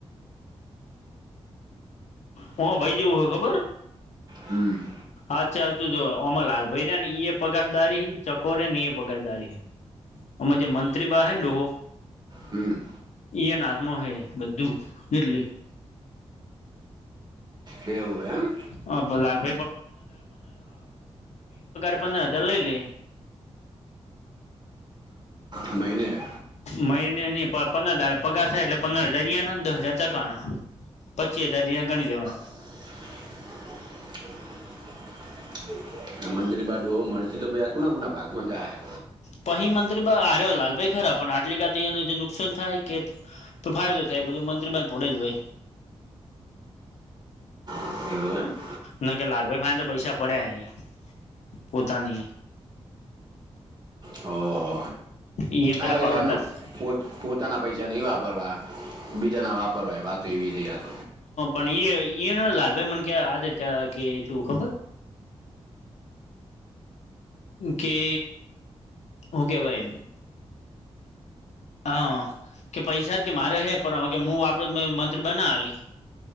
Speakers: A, on the left; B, on the right.
A: હો ભાઈ જેવું હ ખબર
B: હમ.
A: અચ્છાચું જો અમર લાલ ભાઈ રે ને ઈએ પગારદારી ચકો ર ને ઈએ પગારદારી એમા જે મંત્રી અહે ને ડોબો
B: હમ
A: ઈ એના હાથમાં હે બધું એટલે
B: એવું એમ
A: <inaudible> પગારે પંદર હજાર લઈ લે
B: મઈને
A: મહિને ની પંદર દાડે પગાર થાય એટલે પંદર હજાર એના અને દહ હજાર ચકા ના પચી હજાર જે ગણી લેવાના
B: એમા અંજલિ બહાર ડોહો મરશે તો ભી આ કોના કોના ભાગમાંશ જાયહે
A: પંરી મત્ર બા આરો લાલભાઈ <unintelligible> એને નુકસાન થાય કે ફાયદો થાય બધો મંત્રીબાન પડે જ હોય
B: <inaudible>
A: નકર લાલ ભાઈ પૈસા પડયા હેઈ પોતાની
B: ઓહો
A: ઈ એમ
B: આ
A: પેલા
B: એટલે
A: પાન
B: એ
A: અ
B: પોત પોતાના પૈસા ની વાપરવા બીજાના વાપરવાય વાત એવી થઈ આત
A: અ ઈય ઈયર લાલભાઈ મને <unintelligible> કે ખબર કે હુંકેવાય હા કે પૈસા મારે હે પણ <unintelligible>